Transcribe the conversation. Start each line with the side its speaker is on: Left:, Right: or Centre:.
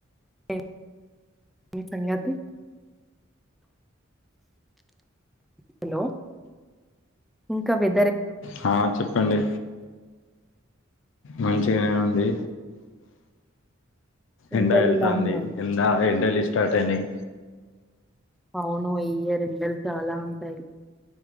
Centre: ఏ ఏం సంగతి హలో ఇంకా వె
Left: హా చెప్పండి మంచిగానే ఉంది
Centre: ఎండలు
Left: ఎండ వెళ్తంది
Centre: ఎలా ఉన్నాయి
Left: ఎండ ఎండలు స్టార్ట్ అయినాయి
Centre: అవును ఈ ఇయర్ ఎండలు చాలా ఉంటాయి